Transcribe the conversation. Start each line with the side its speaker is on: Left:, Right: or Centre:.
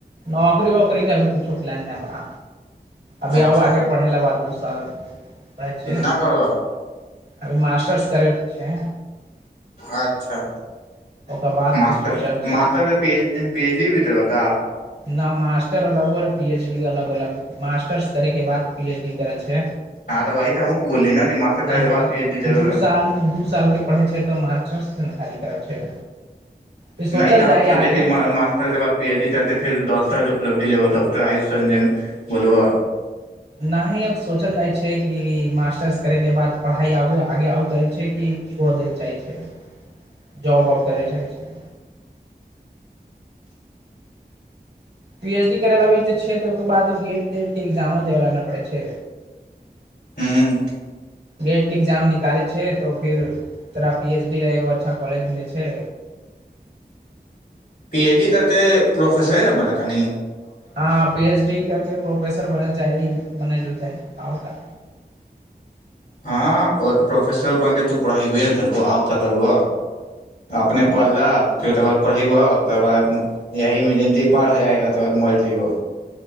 Right: नौकरी वौकरी के अभी कुछौ प्लान ने बाह अभी
Left: अच्छा
Right: आउ आगे पढ़ैेला बाद दू साल अ छै
Left: कितना पढ़बह
Right: अर मास्टर्स करैत छै
Left: अच्छा
Right: ओकर बाद
Left: मास्टर
Right: कुछ सोचब छै
Left: मास्टर पेज पी एचडी भी त बता
Right: न मास्टर अलग होलै पीएच डी अलग होलै मास्टर्स करै के बाद पीएच डी करै छै
Left: हँ तऽ वही तऽ हमहूँ बोलली ने मास्टर तोरे
Right: नहि
Left: के बाद पी एच डी नहि
Right: दू साल दू साल के पढ़ै छै तऽ हम खाली करब छै फिर
Left: नहि तऽ
Right: जाइ
Left: हम सोचल
Right: आगे
Left: त मासटर के बाद पीएचडी करके फिर डाक्टर के उलब्धि लेब त डाक्टर आयुष रंजन बोलब
Right: नाही आब सोचल जाइ छै कि मास्टर्स करयके बाद पढ़ाइ आगे आगे आओर करै छै कि छोड़ दै लेल चाहै छै जॉब ओब करय चाहे छै पीएचडी करेला भी त छै तऽ ओकर बाद गेट तेट के एगजामो देला नहि पड़ै छै
Left: हूँ
Right: गेट के एगजाम निकालै छै तऽ फिर तोरा पीएचडी ल एगो अच्छा कॉलेज मिलै छै
Left: पीएचडी तरे प्रोफेसरे ने बने तानी
Right: हँ पी एच डी करके प्रोफेसर बनल चाही बनेल चाही आउर का
Left: हँ प्रोफेसर बनले तू पढ़ेबे ने तरब अऔर करब अपने
Right: हमर
Left: पढ़लह फेर ओकर बाद पढ़यबह ओकर बाद यही में जिन्दी पार हो जाइगा त बाद मर जइबो